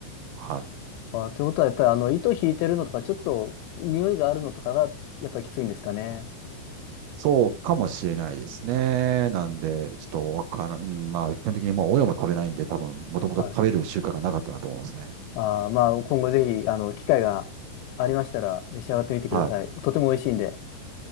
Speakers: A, on the right; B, on the left.
A: はい。
B: あ、ってことは、やっぱりあの、糸引いてるのとか、ちょっと匂いがあるのとかが、やっぱりきついんですかね。
A: そうかもしれないですね。なんで、ちょっとわからん。うんまあ、基本的にもう親も食べないんで、多分、もともと食べる習慣がなかったなと思いますね。
B: はい。あー、まあ、今後ぜひ、あの、機会がありましたら、召し上がってみてください。
A: は
B: とても美味しいんで。